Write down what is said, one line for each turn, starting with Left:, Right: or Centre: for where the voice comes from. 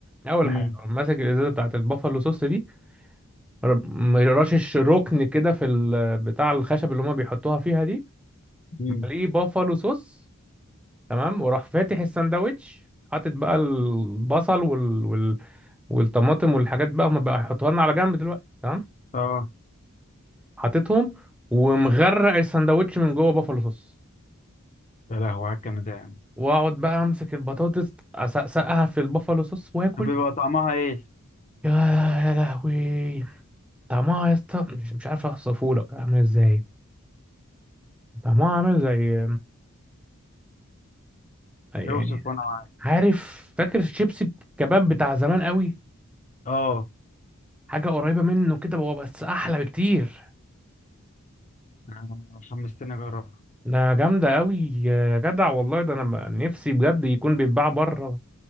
Centre: اول
Left: امم
Centre: حاجه أقوم ماسك الازازه بتاعت البافالو صوص دي ر- رشش ركن كده في ال- بتاع الخشب اللي هما بيحطوها فيها دي
Left: امم
Centre: مليه بافالو صوص تمام وراح فاتح الساندوتش حاطط بقى البصل وال... وال... والطماطم والحاجات بقى هما بقى يحطوها لنا على جنب دلوقتي تمام
Left: اه
Centre: حاططهم ومغرق الساندوتش من جوه بافالو صوص
Left: يا لهوي على الجامد ده يعني
Centre: واقعد بقى امسك البطاطس اسقسقها في البافالو صوص واكل
Left: طب بيبقى طعمها ايه
Centre: يا يا لهوي طعمها يا اسطى مش مش عارف اوصفه لك عامل ازاي طعمها عامل زي أي يعني
Left: اوصف وانا معاك
Centre: عارف فاكر الشيبسي الكباب بتاع زمان قوي
Left: اه
Centre: حاجه قريبه منه كده بقى، بس احلى بكتير
Left: أنا حمستني اجربها
Centre: ده جامدة قوي يا جدع والله ده انا بقى نفسي بجد يكون بيتباع بره